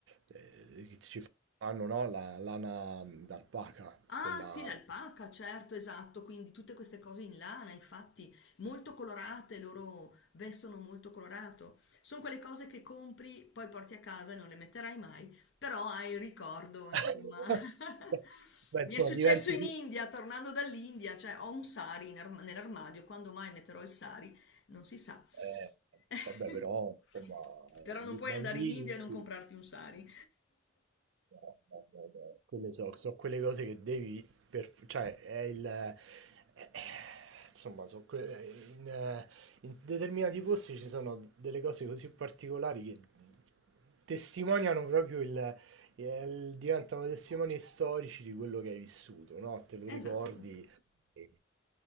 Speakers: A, on the right; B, on the left.
A: eh, che ci fanno, no, la lana d'alpaca,
B: Ah
A: quella...
B: sì, l'alpaca, certo, esatto, quindi tutte queste cose in lana, infatti, molto colorate, loro vestono molto colorato. Sono quelle cose che compri, poi porti a casa e non le metterai mai, però hai il ricordo, insomma.
A: <laughs>
B: <laughs>
A: Beh,
B: Mi
A: insomma,
B: è successo
A: diventi...
B: in India, tornando dall'India, cioè ho un sari in arma- nell'armadio, quando mai metterò il sari non si sa.
A: Eh,
B: <laughs>
A: vabbè, però, insomma, eh,
B: Però non
A: lì-
B: puoi
A: vai
B: andare
A: lì...
B: in India e non comprarti un sari.
A: No, no, no, no. Quelle so, so quelle cose che devi per, f- cioè è il eh, eh, insomma so que- eh, in, eh, in determinati posti ci sono delle cose così particolari che testimoniano proprio il, il- diventano testimoni storici di quello che hai vissuto, no? Te lo ricordi
B: Esatto.
A: e-